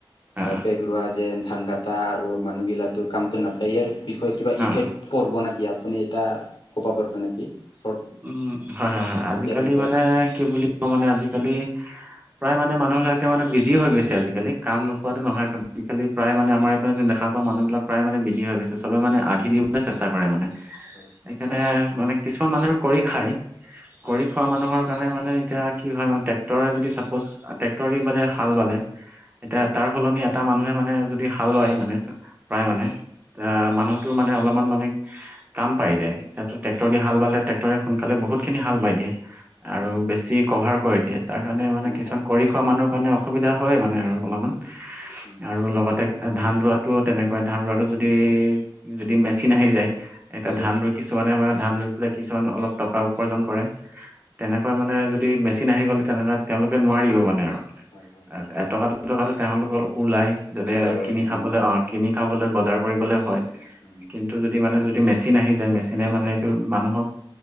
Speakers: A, on the right (about 20°); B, on the left (about 65°).
A: অ
B: পেগ ৰুৱা যেন ধান কটা আৰু মানুহগিলাটো কামটো নাপায় আৰ বিষয়ে কিবা ইফেক্ট
A: অ অ
B: পৰব না কি আপুনি এটা ক'ব পাৰব নেকি? চৰ্ট
A: উম হয়
B: এনে
A: হয় হয় আজিকালি
B: ইয়াৰ বিষয়ে
A: মানে বুলি ক মানে আজিকালি প্ৰায় মানে মানুহবিলাকে মানে বিজি হৈ গৈছে আজিকালি। কাম নোপোৱাটো
B: হয় হয়
A: নহয় একে আজিকালি প্ৰায় মানে আমাৰ এইপিনে যেন দেখা পাওঁ মানুহবিলাক প্ৰায় মানে বিজি হৈ গৈছে চব মানে আধি দিবলে চেষ্টা কৰে মানে। সেইকাৰণে
B: হয়
A: মানে কিছুমান মানুহে কৰি খায়।
B: হয়
A: কৰি খোৱা মানুহৰ কানে মানে এতিয়া কি হয় মানে ট্ৰেক্টৰে যদি চাপ'জ ট্ৰেক্টৰেদি বাদে হাল বালে। এতিয়া
B: হয় হয়
A: তাৰ সলনি এটা মানুহে মানে যদি হাল লয় মানে প্ৰায় মানে তা মানুহটোৰ মানে অলপমান মানে কাম পাই যায় তখতো
B: হয়
A: ট্ৰেক্টৰ
B: হয়
A: দি হাল বালে তই সোনকালে বহুত খিনি হাল বাই দিয়ে,
B: হয়
A: আৰু
B: হয়
A: বেছি কভাৰ কৰি দিয়ে। তাৰ কাৰণে মানে
B: অ'
A: কিছুমান
B: অ'
A: কৰি খোৱা মানুহৰ কাৰণে অসুবিধা
B: উম
A: হয় মানে আৰু অলমান।
B: হয় উম
A: আৰু লগতে, ধান ৰোৱাতো তেনেকুৱা, ধান ৰোৱাটো যদি যদি মেচিন আহি যায়। এতিয়া
B: হয়
A: ধান ৰুই, কিছুমানে মানে ধান ৰুই পেলাই কিছুমানে অলপ টকা উপাৰ্জন কৰে। তেনেকুৱা মানে যদি মেচিন আহি গ'ল, তেনেকা তেওঁলোকে নোৱাৰিব মানে আৰু।
B: হয় হয়
A: এটকা-দুটকাটো তেওঁলোকৰো ওলাই যাতে
B: ওলাই হয়
A: কিনি
B: উম
A: খাবলে অ' কিনি খাবলৈ,
B: উম
A: বজাৰ কৰিবলৈ হয়।
B: উম
A: কিন্তু, যদি মানে যদি মেচিন আহি যায় মেচিনে মানে এইটো মানুহক